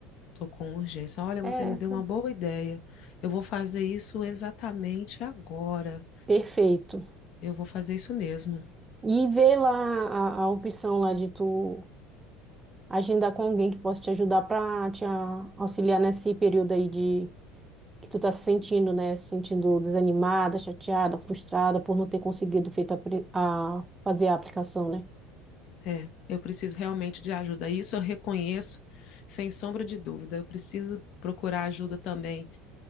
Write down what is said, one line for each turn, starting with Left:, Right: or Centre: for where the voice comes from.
Left: Tô com urgência. Olha,
Right: É,
Left: você me
Right: assim.
Left: deu uma boa ideia. Eu vou fazer isso exatamente agora.
Right: Perfeito.
Left: Eu vou fazer isso mesmo.
Right: E ver lá a, a opção lá de tu agendar com alguém que possa te ajudar para te a- auxiliar nesse período aí de que tu tá se sentindo, né? Se sentindo desanimada, chateada, frustrada por não ter conseguido feita a, pre- a- fazer a aplicação, né?
Left: É, eu preciso realmente de ajuda. Isso eu reconheço, sem sombra de dúvida. Eu preciso procurar ajuda também,